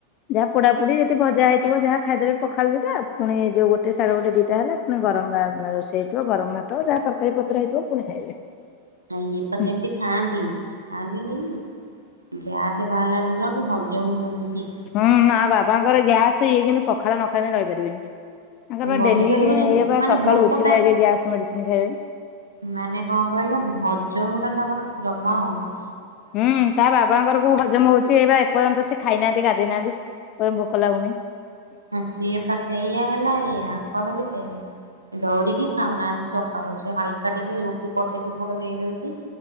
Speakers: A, on the left; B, on the right.
A: ଯାହା ପୋଡ଼ା ପୋଡି ଯଦି ଭଜା ହୋଇଥିବ ଯାହା ଖାଇଦେବେ ପଖାଳ ଦିଟା ପୁଣି ଯୋ ଗୋଟେ ସାଢେ ଗୋଟେ ଦିଟା ହେଲା ଣି ଗରମ ଭା ନା ରୋଷେଇ ହେଇଥିବ ଗରମ ଭାତ ଯାହା ତରକାରୀ ପତ୍ର ହେଇଥିବ ପୁଣି ଖାଇବେ।
B: ଆ ୟେ ପା ସେମିତି
A: ହୁଁ
B: ଖାଆନ୍ତି ଖାଆନ୍ତିନି। ଗ୍ୟାସ ବାହାଲା ଦିନଠୁ ହଜମ ହେଉନି ଠିକ୍
A: ହୁଁ ମା ବାବାଙ୍କର ଗ୍ୟାସ ହେଇଯାଇଛି କିନ୍ତୁ ପଖାଳ ନ ଖାଇଲେ ରହି ପାରିବେନି। ଆଙ୍କର
B: ରହିପାରିବେନି
A: ଡେଲି ୟେ ବା
B: ମାନେ
A: ସକାଳୁ
B: ଭୋକଟା
A: ଉଟିବେ ଆଗେ ଗ୍ୟାସ ମେଡ଼ିସିନ୍ ଖାଇବେ।
B: ମାନେ କଣ କହିଲ ହଜମ ଟା ତାଙ୍କର ଜମା ହେଉନି।
A: ହୁଁ ତା ବା ବାବାଙ୍କର କୋଉ ହଜମ ହେଉଛି ଏଇ ବା ଏପର୍ଯ୍ୟନ୍ତ ଖାଇନାହାନ୍ତି ଗାଧେଇନାହାନ୍ତି କହୁଛନ୍ତି ଭୋକ ଲାଗୁନି।
B: ଆଉ ସିଏ ପା ସେୟା ହେଲା ଏୟାଙ୍କର ବି ସେୟା। ଡରିକି ଖାଉ ନାହାନ୍ତି ସଖାଳୁ ସେ ହାଲକା ଟିକେ ରୁଟି ପଟେ ଦି ପଟ ଦେଇଦେଉଛି।